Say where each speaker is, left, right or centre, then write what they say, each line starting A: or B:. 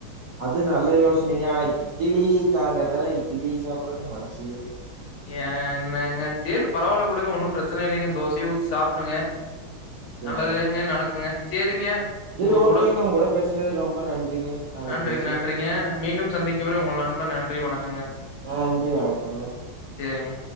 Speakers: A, on the right; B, on the left.
A: அது நல்ல யோசனைங்க ஆனா இட்லி காலங்கத்தால இட்லி சாப்படுறக்கு மனசு இலைங்க
B: என்னங்க செரி பரவால்ல விடுங்க ஒன்னும் பிரச்சனை இல்லைங்க தோசையே ஊத்தி சாப்பிடுங்க நல்லதுங்கு
A: ஏங்க
B: நடக்குங்க செரிங்க
A: சரி
B: உங்க
A: ஓகேங்க
B: கூட
A: உங்க பேசுறது ரொம்ப நன்றிங்க நாளைக்கு
B: நன்றிங்க
A: பேசலா
B: நன்றிங்க மீண்டும் சந்திக்கும் வரை உங்க நண்பன் நன்றி வணக்கங்க
A: ஆன்றி வணக்கங்க
B: செரிங்க